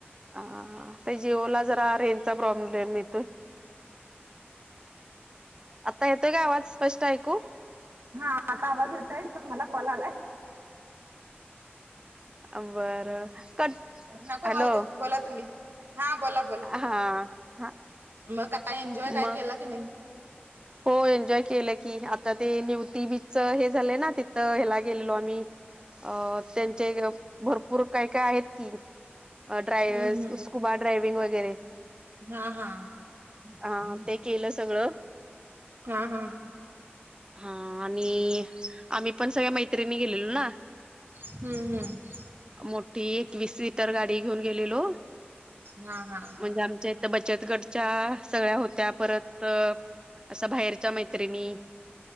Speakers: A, on the right; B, on the right.
A: हाहा ते जिओला जरा रेंजचा प्रॉब्लेम येतोय. आता येतोय का आवाज स्पष्ट ऐकू
B: हा आता आवाज येतय पण मला कॉल आलाय.
A: अ बरं कट
B: नको
A: हॅलो.
B: राहू दे बोला तुम्ही हा बोला बोला
A: हा हा
B: मग काय एन्जॉय काय
A: मग
B: केला क नाही.
A: हो एन्जॉय केलं की आता ते निवती बीचच हे झालंय ना तिथं ह्याला गेलेलो आम्ही अ त्यांचे भर पूर काय काय आहेत की ड्रायर्स
B: हम्म हम्म
A: स्कुबा ड्रायविंग वगैरे
B: हा हा
A: हा ते केलं सगळं.
B: हा हा
A: हा आणि आम्ही पण सगळ्या मैत्रिणी गेलेलो ना.
B: हम्म हम्म
A: मोठी एकवीस सीटर गाडी घेऊन गेलेलो म्हणजे
B: हा हा
A: आमच्या त बचतगडच्या सगळ्या होत्या परत अश्या बाहेरच्या मैत्रिणी